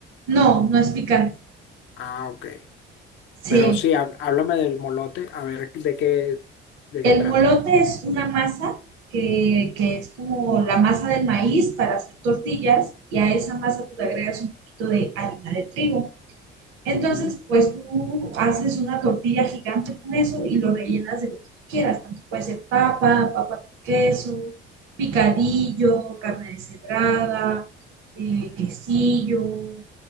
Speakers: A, on the right; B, on the left.
A: No, no es picante.
B: Ah, ok.
A: Sí,
B: Pero sí, hab- háblame del molote, a ver de qué, de
A: el
B: qué trata.
A: molote es una masa que, que es como la masa del maíz para hacer tortillas y a esa masa tú le agregas un poquito de harina de trigo. Entonces,
B: Ujú.
A: pues tú haces una tortilla gigante con eso y lo rellenas de lo que tú quieras. Tanto puede ser papa, papa con queso, picadillo, carne deshebrada, eh, quesillo,